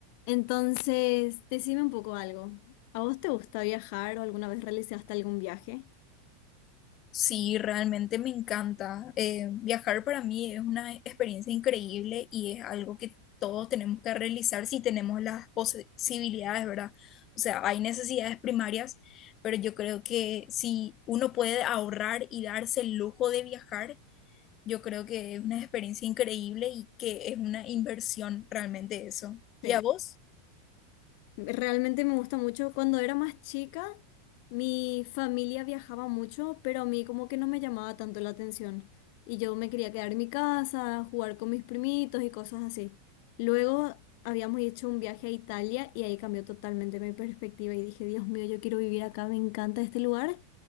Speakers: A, on the left; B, on the left.
A: Entonces, decime un poco algo. ¿A vos te gusta viajar o alguna vez realizaste algún viaje?
B: Sí, realmente me encanta. Eh, viajar para mí es una experiencia increíble y es algo que todos tenemos que realizar si tenemos las posibilidades, ¿verdad? O sea, hay necesidades primarias, pero yo creo que si uno puede ahorrar y darse el lujo de viajar, yo creo que es una experiencia increíble y que es una inversión realmente eso. ¿Y
A: Sí.
B: a vos?
A: Realmente me gusta mucho. Cuando era más chica, mi familia viajaba mucho, pero a mí como que no me llamaba tanto la atención. Y yo me quería quedar en mi casa, jugar con mis primitos y cosas así. Luego habíamos hecho un viaje a Italia y ahí cambió totalmente mi perspectiva y dije, Dios mío, yo quiero vivir acá, me encanta este lugar.